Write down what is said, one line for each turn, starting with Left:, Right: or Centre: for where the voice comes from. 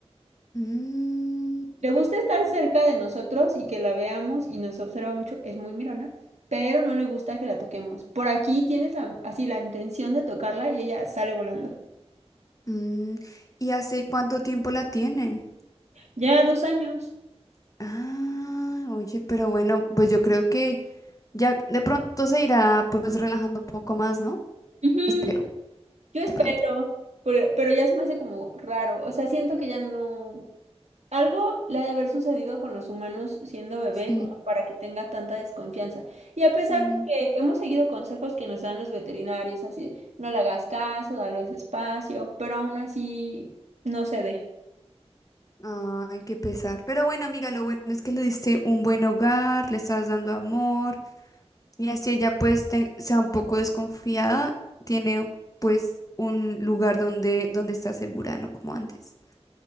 Left: mm,
Right: Le gusta estar cerca de nosotros y que la veamos y nos observa mucho, es muy mirona, pero no le gusta que la toquemos. Por aquí tienes la- así la intención de tocarla y ella sale volando.
Left: mm. ¿Y hace cuánto tiempo la tienen?
Right: Ya dos años.
Left: Ah, oye, pero bueno, pues yo creo que ya de pronto se irá pues relajando un poco más, ¿no?
Right: Ujú,
Left: Espero,
Right: Yo espero,
Left: de pronto.
Right: pero, pero ya se me hace como raro. O sea, siento que ya no. Algo le ha de haber sucedido con los humanos siendo bebé
Left: Sí,
Right: como para que tenga tanta desconfianza. Y a pesar
Left: sí.
Right: de que hemos seguido consejos que nos dan los veterinarios, así, de, no le hagas caso, dale espacio, pero aún así no cede.
Left: Ay, qué pesar. Pero bueno, amiga, lo bueno es que le diste un buen hogar, le estás dando amor y así ella pues te- sea un poco desconfiada, tiene pues un lugar donde donde está segura, no como antes.